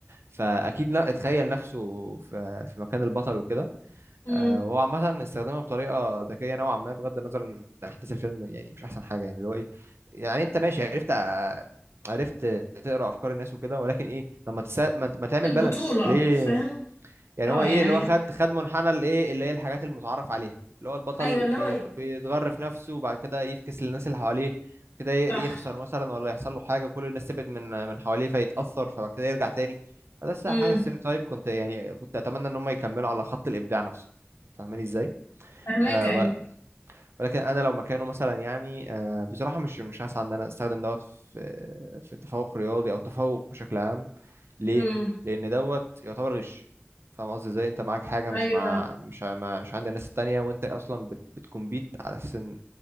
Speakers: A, on the right; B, on the left.
A: فاكيد لا اتخيل نفسه في في مكان البطل وكده
B: امم
A: آه، وهو عامه استخدمها بطريقه ذكيه نوعا ما بغض النظر ان احداث الفيلم يعني مش احسن حاجه يعني اللي هو ايه يعني انت ماشي عرفت آه، عرفت تقرا افكار الناس وكده ولكن ايه طب ما تسا... ما انت- ما تعمل
B: البطوله
A: بالانس ليه
B: فاهم
A: يعني
B: اه
A: هو ايه
B: يعني
A: اللي هو خد خد منحنى الايه اللي هي الحاجات المتعارف عليها اللي هو البطل
B: ايوه اللي
A: بيغ-
B: هو
A: بيتغرف نفسه وبعد كده يفكس للناس اللي حواليه كده ي-
B: صح
A: يخسر مثلا ولا يحصل له حاجه كل الناس تبعد من من حواليه فيتاثر فبعد كده يرجع تاني فده الصراحة
B: امم
A: حاجه ستيريوتايب كنت يعني كنت اتمنى ان هم يكملوا على خط الابداع نفسه فاهماني ازاي
B: فهماك
A: آه
B: ايوه
A: ولكن انا لو مكانه مثلا يعني آه، بصراحه مش مش هسعى ان انا استخدم دوت في في التفوق رياضي او التفوق بشكل عام ليه
B: امم
A: لان دوت يعتبر غش فاهم قصدي ازاي انت معاك حاجه مش
B: ايوه
A: مع مش ع- ما- مش عند الناس التانية وانت اصلا بت بتكمبيت على اساس ان